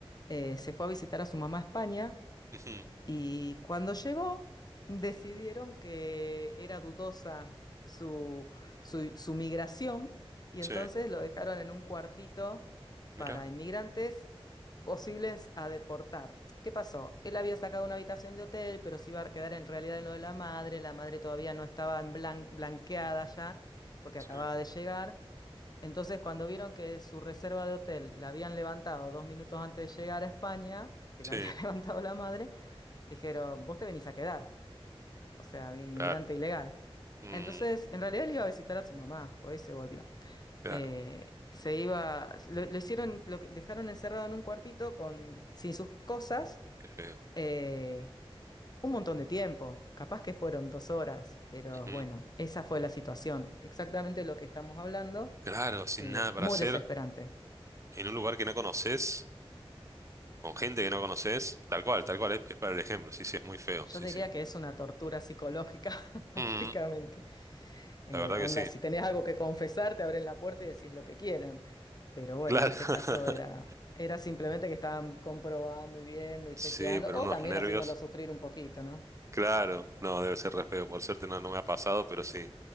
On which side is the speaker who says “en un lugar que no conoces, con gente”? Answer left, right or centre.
Right